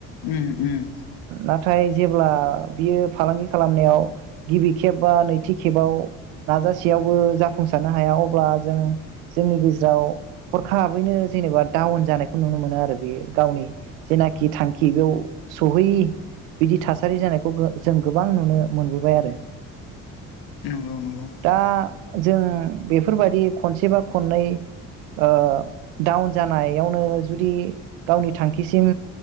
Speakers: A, on the left; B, on the right.
A: ओम ओम
B: नाथाय जेब्ला बियो फालांगि खालामनायाव गिबि खेब बा नैथि खेबाव नाजा सेयावबो जाफुंसारनो हाया अब्ला जों जोंनि गेजेराव हरखाबैनो जेनेबा डाउन जानायखौ नुनो मोनो आरो बेयो गावनि जेनाखि थांखि बेयाव सहैयि बिदि थासारि जानायखौ गो जों गोबां नुनो मोनबोबाय आरो
A: नंगौ नंगौ
B: दा जों बेफोरबायदि खनसे बा खननै ओ डाउन जानायावनो जुदि गावनि थांखिसिम